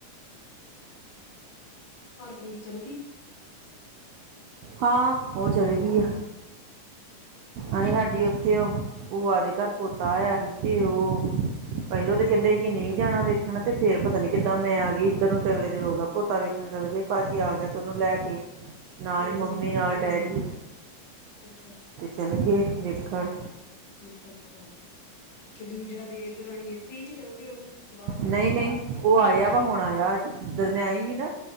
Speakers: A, on the left (about 85°); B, on the right (about 80°).
A: ਹਰਪ੍ਰੀਤ ਚੱਲ ਗਈ-
B: ਹਾਂ ਉਹ ਚੱਲ ਗਈ ਆ
A: ਅੱਛਾ,
B: ਆਹੀ ਸਾਡੀ
A: ਅੱਛਾ
B: ਉੱਥੇ ਉਹ ਆਦੇ ਘਰ ਪੋਤਾ ਆਇਆ ਸੀ ਤੇ ਉਹ ਪਹਿਲੋਂ ਤੇ ਕਹਿੰਦੇ ਸੀ ਕਿ ਨਹੀਂ ਜਾਣਾ ਵੇਖਣ ਤੇ ਫੇਰ ਪਤਾ ਨੀ ਕਿੱਦਾਂ ਮੈਂ ਆ ਗਈ ਇੱਧਰ ਨੂੰ ਤੇ ਅਗਲੇ ਦਿਨ ਉਹਦਾ ਪੋਤਾ ਵੇਖਣ ਚੱਲ ਗਏ ਭਾਜੀ ਆ ਗਿਆ ਤੇ ਉਹਨੂੰ ਲੈ ਕੇ
A: ਹੂੰ,
B: ਨਾਲ ਹੀ ਮੰਮੀ ਨਾਲ ਡੈਡੀ
A: ਅੱਛਾ ਅੱਛਾ
B: ਜਲਗੇ ਦੇਖਣ
A: ਅੱਛਾ, ਅੱਛਾ ਤੇ ਦੂਜਾ ਦੇ ਰਾਣੀ ਇੱਥੇ ਹੀ ਜਾ ਚੱਲ ਗਏ ਉਹ ਵੀ ਬਾਹਰ
B: ਨਹੀਂ ਨਹੀਂ ਉਹ ਆਇਆ ਵਾ ਹੁਣ ਆਇਆ ਅਜ ਦਰਮਿਆਈ ਹੀ ਨਾ